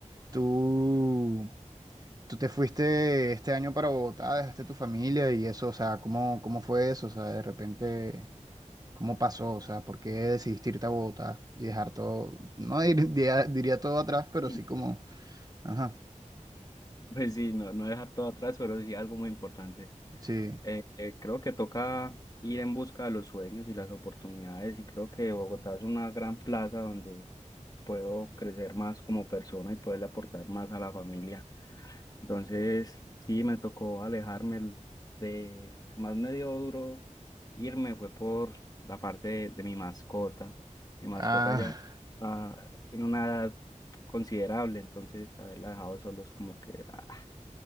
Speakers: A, on the right; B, on the left.
A: tú, tú te fuiste este año para Bogotá, dejaste tu familia y eso, o sea, ¿cómo, cómo fue eso? O sea, de repente, ¿cómo pasó? O sea, ¿por qué decidiste irte a Bogotá y dejar todo, no dir- <laughs> diría, diría todo atrás, pero
B: Sí.
A: sí como, ajá,
B: Pues sí, no, no dejar todo atrás, pero sí algo muy importante.
A: sí.
B: Eh, eh, creo que toca ir en busca de los sueños y las oportunidades y creo que Bogotá es una gran plaza donde puedo crecer más como persona y poderle aportar más a la familia. Entonces, sí, me tocó alejarme el- de, que más me dio duro irme fue por la parte de, de mi mascota. Mi mascota
A: Ah,
B: ya ah, tiene una edad considerable, entonces haberla dejado solos como que... ah,